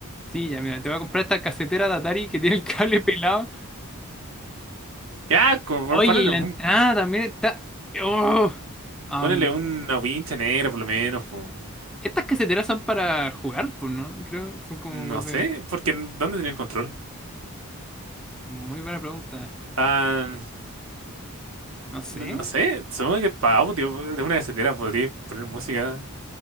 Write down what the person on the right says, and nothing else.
Ya, co- pon-
ponele,
un-
ponele una wincha negra por lo menos, po.
No
sé,
porque ¿dónde tenía el control?
Ah,
no,
no sé, supongo que para audio, de una casetera podría poner música.